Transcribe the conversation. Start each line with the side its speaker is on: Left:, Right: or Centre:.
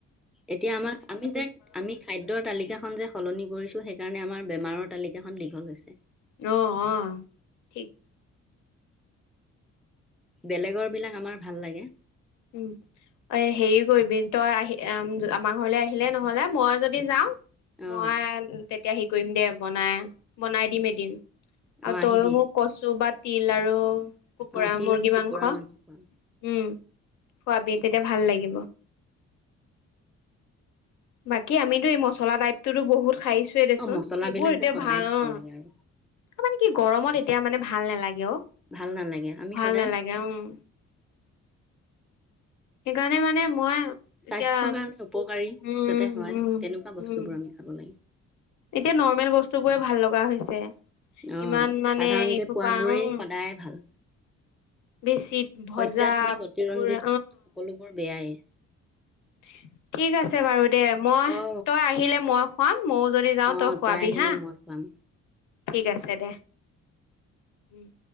Centre: এতিয়া আমাৰ আমি যে আমি খাদ্যৰ তালিকাখন যে সলনি কৰিছো সেইকাৰণে আমাৰ বেমাৰৰ তালিকাখন দীঘল হৈছে।
Left: অহ, অহ ঠিক।
Centre: বেলেগৰ বিলাক আমাৰ ভাল লাগে
Left: উম এ হেৰি কৰিবি তই আহি এম আমাৰ ঘৰলে আহিলে নহলে মই যদি যাও
Centre: অঁ
Left: মই তেতিয়া হি কৰিম দে বনাই, বনাই দিম এদিন।
Centre: অঁ
Left: অ
Centre: আহিবি
Left: তই মোক কচু বাত তিল আৰু কুকুৰা
Centre: অঁ তিল
Left: মুৰ্গী
Centre: আৰু কুকুৰা
Left: মাংস
Centre: খোৱাম
Left: উম। খোৱাবি তেতিয়া ভাল লাগিব। বাকী আমিতো এই মছলা টাইপটোটো বহুত। খাইছোয়ে দেচোন,
Centre: অঁ মছলাবিলাক
Left: সেইবোৰ এতিয়া
Centre: যে কমাই
Left: ভাল
Centre: খাব
Left: অ।
Centre: লাগে আৰু
Left: মানে কি গৰমত এতিয়া মানে ভাল নালাগে অ।
Centre: ভাল নালাগে আমি
Left: ভাল
Centre: সদায়
Left: নালাগে, উম',। সেইকাৰণে মানে মই
Centre: স্বাস্থ্যৰ
Left: এতিয়া
Centre: কাৰণে উপকাৰী। যাতে
Left: উম উম
Centre: হয়,
Left: উম
Centre: তেনেকুৱা
Left: উম
Centre: বস্তুবোৰ আমি খাব লাগে।
Left: এতিয়া নৰ্মেল বস্তু বোৰে ভাল লগা হৈছে।
Centre: অ',
Left: ইমান মানে
Centre: সাধাৰণতে
Left: এইসোপা
Centre: পোৱ বোৰেই
Left: উম
Centre: সদায় ভাল।
Left: বেছিত ভজা
Centre: অত্যাধুনিক অতিৰঞ্জিত
Left: পুৰা
Centre: সকলোবোৰ বেয়াই-।
Left: হে ঠিক আছে বাৰু দে, মই
Centre: অ
Left: তই আহিলে মই মইও যদি যাও
Centre: অ
Left: তই খুৱাবি
Centre: আহিলে
Left: হা।
Centre: মই খুৱাম
Left: ঠিক আছে দে, উম',।